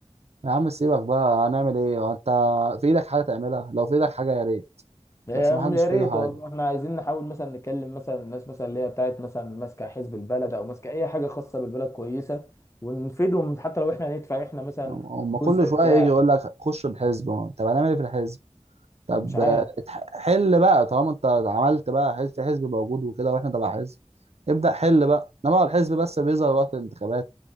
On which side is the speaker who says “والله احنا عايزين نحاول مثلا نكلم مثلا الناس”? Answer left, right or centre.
Left